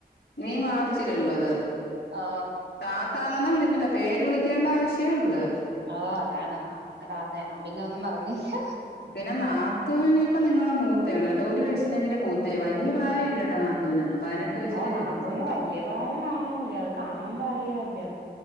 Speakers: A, on the left; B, on the right.
A: നീ മാർച്ചില്ള്ളത്
B: ഓ
A: താത്താന്നൊന്നും വിളിക്കണ്ട പേര് വിളിക്കേണ്ട ആവശ്യള്ള്
B: ആഹ് അതാണ് ആഹ് <unintelligible> ഞാൻ പിന്നെ ഒന്നും പറഞ്ഞില്ല
A: പിന്നെ ന്നാ ത്തൂനൊക്കെ നിങ്ങളെ മൂത്തെണ് ഒരു വയസ്സിനെങ്കിലും മൂത്തേ വലിയ പ്രായല്ല ട്ടോ നാത്തൂനൊന്നും. പതിനെട്ട് വയസ്സിലേ
B: ഓ നാത്തൂന്
A: കെട്ടിച്ചു
B: വല്യ പ്രായം കാണൂല അത് കാണുമ്പോ അറിയ. പിന്നെ